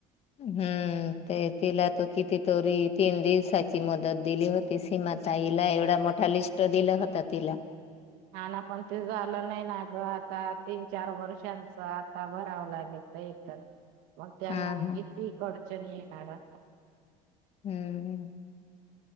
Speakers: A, on the left; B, on the right.
A: हम्म ते तिला त किती तरी तीन दिवसाची मुदत दिली होत ति सीमााताईला एवढा मोठा लिस्ट दिला होता तिला.
B: हा ना पण ते झालं नाही ना ग आता तीन चार वर्षांचं ता भरावं लागेल एक तर मग त्यांना
A: हा
B: किती
A: हा
B: अडचणी येणार
A: हम्म